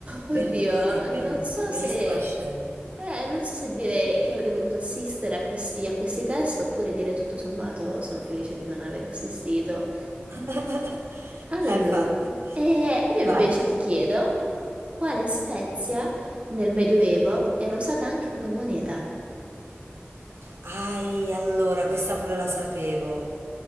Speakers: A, on the right; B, on the right.
A: Oddio,
B: Bellissimi,
A: non
B: belliss-
A: so
B: bellissima
A: se...
B: scena.
A: eh, non so se dire che avrei voluto assistere a questi, a questi test oppure dire tutto sommato sono felice di non aver assistito.
B: <laughs>
A: Allora,
B: Eh, infatti.
A: eh, io
B: Vai.
A: invece ti chiedo quale spezia nel Medioevo era usata anche come moneta?
B: Ai, allora, questa pure la sapevo.